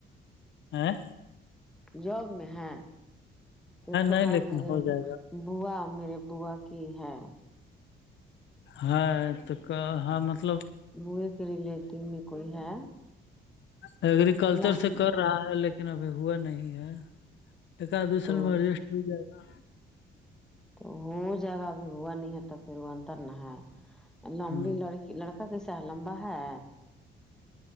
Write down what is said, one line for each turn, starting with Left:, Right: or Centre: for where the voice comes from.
Left: ہیں
Centre: جاب میں ہے ایک تو
Left: نہیں
Centre: ہے
Left: لیکن
Centre: میرے
Left: ہو جائے گا
Centre: بوا میرے بوا کی ہے
Left: ہے تو کہا ہے مطلب
Centre: بوئے کے ریلیٹیو میں کوئی ہے
Left: اگررییکلچر
Centre: لم
Left: سے کر رہا ہے لیکن ابھی ہوا نہیں ہے <unintelligible> میں ایڈجسٹ
Centre: تو
Left: ہو جائے گا
Centre: تو ہو جائے گا ابھی ہوا نہیں ہے تو پھر وہ انتر نہ ہے لمبی
Left: ہاں
Centre: لڑکی لڑکا کیسا لمبا ہے